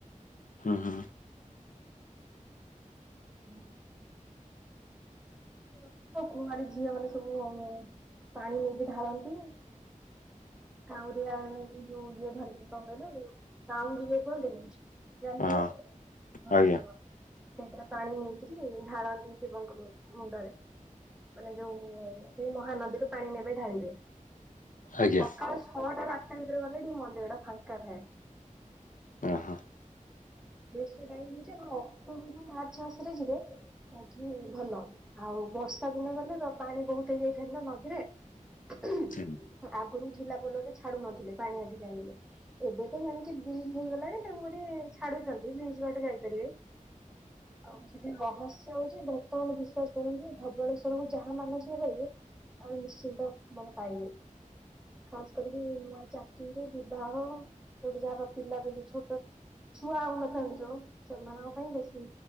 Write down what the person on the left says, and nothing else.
ହୁଁ ହୁଁ।
ହଁ
ଆଜ୍ଞା
ଆଜ୍ଞା
ଓଁ ହଁ।
ହୁଁ।